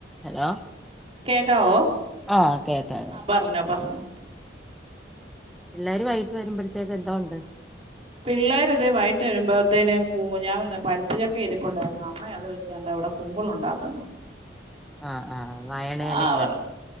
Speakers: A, in the centre; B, on the right.
A: Hello
B: കേക്കാവോ
A: ആ കേക്കാം കേക്കാം.
B: ആ പറഞ്ഞോ പറഞ്ഞോ
A: എല്ലാരും വൈകട്ട് വരുമ്പോഴത്തേക്ക എന്താ ഉണ്ട്
B: പിള്ളേർ ഇത് വൈകട്ട് വരുമ്പോഴത്തേന് കുമ് ഞാൻ പഴുത്ത ചക്ക ഇരിപ്പുണ്ടായിരുന്നു അമ്മ അത് വെച്ചണ്ട അവിടെ കുമ്പിൾ ഉണ്ടാക്കുന്നു
A: ആആ വായനെലൊക്കെ
B: ആ പറ